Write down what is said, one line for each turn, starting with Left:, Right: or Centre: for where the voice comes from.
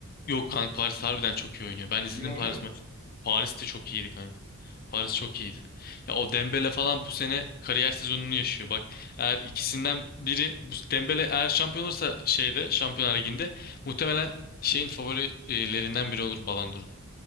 Left: Yok kanka Paris harbiden çok iyi oynuyor. Ben izledim
Right: İyi oynuyor
Left: Paris
Right: mu?
Left: maçı. Paris de çok iyiydi kanka. Paris çok iyiydi. Ya o Dembele falan bu sene kariyer sezonunu yaşıyor. Bak eğer ikisinden biri bu Dembele eğer şampiyon olursa şeyde Şampiyonlar Ligi'nde muhtemelen şeyin favorilerinden biri olur Ballon d'Or'un.